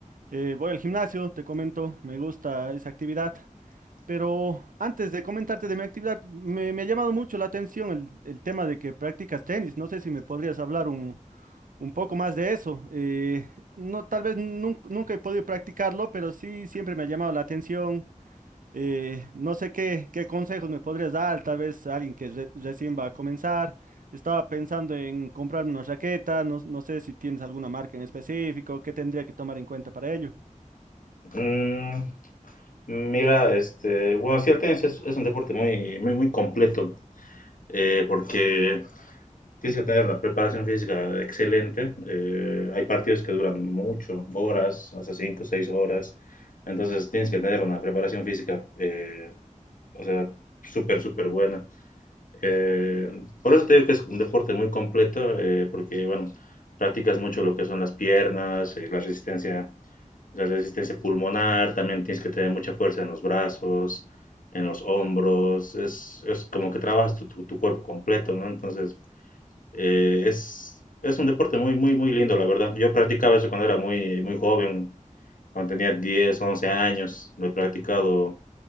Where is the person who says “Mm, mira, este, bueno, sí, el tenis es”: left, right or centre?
Left